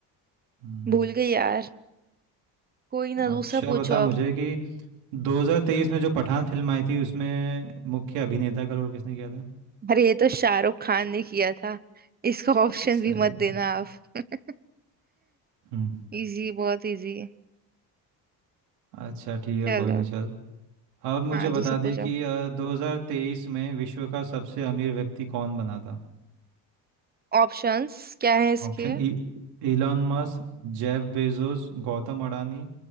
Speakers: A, on the right; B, on the right.
A: हम्म।
B: भूल गई यार कोई ना
A: अच्छा
B: दूसरा पूछो
A: बता मुझे
B: अब
A: कि 2023 में जो पठान फिल्म आई थी उसमें मुख्य अभिनेता का रोल किसने किया था
B: अरे ये तो शाहरुख खान ने किया था इसका ऑप्शन
A: सही
B: भी मत
A: है।
B: देना आप <laughs>
A: हम्म
B: इजी बहुत इजी
A: अच्छा ठीक है
B: चलो
A: कोई नहीं चल आप मुझे
B: हाँ
A: बता
B: दूसरा
A: दें
B: पूछो
A: कि अ, 2023 में विश्व का सबसे अमीर व्यक्ति कौन बना था
B: ऑप्शंस क्या है इसके
A: Option E Elon Musk जेफ बेजोस गौतम अडानी